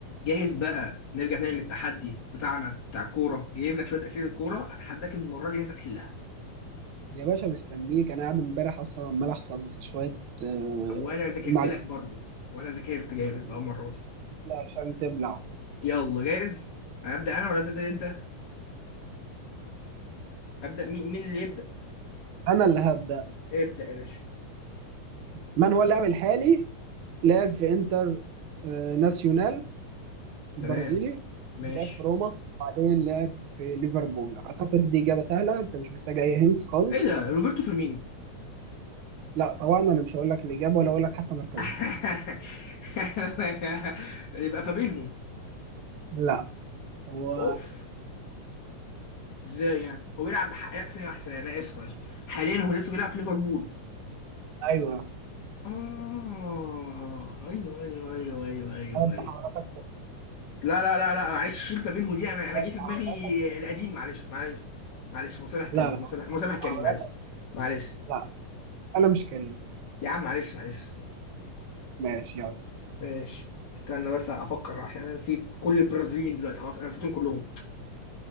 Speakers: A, on the left (about 45°); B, on the right (about 70°).
A: جاهز بقى نرجع تاني للتحدي بتاعنا بتاع الكورة جايب لك شوية أسئلة كورة أتحداك إن المرة دي إن أنت تحلها
B: يا باشا مستنيك انا قاعد امبارح اصلا عمال احفظ شويه آه،
A: أو أنا ذاكرت
B: معلومات
A: لك برضو وأنا ذاكرت جامد بقى المرة دي
B: عشان تبلع
A: يلا جاهز أبدأ أنا ولا تبدأ أنت أبدأ مين مين اللي يبدأ
B: انا اللي هبدا
A: ابدأ يا باشا
B: من هو اللاعب الحالي لعب في انتر آه، ناسيونال البرازيلي
A: تمام ماشي
B: لعب في روما بعدين لعب في ليفربول اعتقد دي اجابه سهله انت مش محتاج اي هنت خالص
A: إيه ده روبرتو فيرمينو
B: لا طبعا انا مش هقول لك الاجابه ولا اقول لك حتى مركزه
A: <laughs> يبقى فابينهو
B: لا هو
A: أوف إزاي يعني هو بيلعب بحق أحسن وأحسن يعني أنا آسف معلش حاليا هو لسه بيلعب في ليفربول
B: ايوه
A: اه ايوه ايوه ايوه ايوه ايوه
B: أنا
A: ايوه
B: بحاولاتك بس
A: لا لا لا لا معلش شيل فابينهو دي انا انا
B: أنا
A: جه
B: بحاولاتك
A: في دماغي القديم معلش معلش معلش مسامح كريم
B: لا لا
A: مسامح مسامح كريم
B: بحاولاتك
A: معلش معلش
B: لا انا مش كريم
A: يا عم معلش معلش
B: ماشي يلا
A: ماشي استنى بس افكر عشان انا نسيت كل البرازيليين دلوقتي خلاص انا نسيتهم كلهم